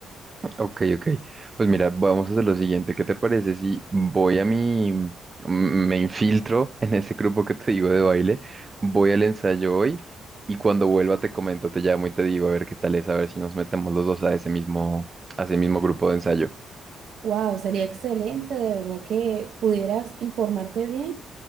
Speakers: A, on the right; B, on the right.
A: Ok, ok. Pues mira, vamos a hacer lo siguiente. ¿Qué te parece si voy a mi, m- me infiltro en ese grupo que te digo de baile, voy al ensayo hoy y cuando vuelva te comento, te llamo y te digo a ver qué tal es, a ver si nos metemos los dos a ese mismo, a ese mismo grupo de ensayo.
B: Wow, sería excelente, de verdad que pudieras informarte bien